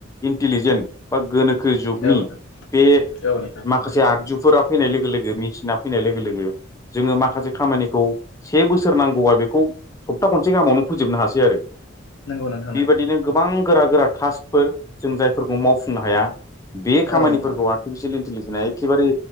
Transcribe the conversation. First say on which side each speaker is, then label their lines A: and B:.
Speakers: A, on the left; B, on the left.
A: इन्टिलिजेन्ट बा गोनोखो खो जुगनि
B: औ नोंथां
A: बे
B: औ नोंथां
A: माख आगजुफोरा फैनाय लोगो लोगो मेसिना फैनाय लोगो लोगो जोङो माखासे खामानिखौ से बोसोर नांगौ खौबा बेखौ सप्ता खनसे गाहामावनो फोजोबनो हासै आरो।
B: नंगौ नोंथां
A: बेबायदिनो
B: नंगौ
A: गोबां गोरा गोरा टास्कफोर जों जायफोरखौ मावफुंनो हाया। बे खामानिफोरखौ
B: औ नोंथां
A: आर्टिफिसियेल इन्टिलिजेना एखेबारे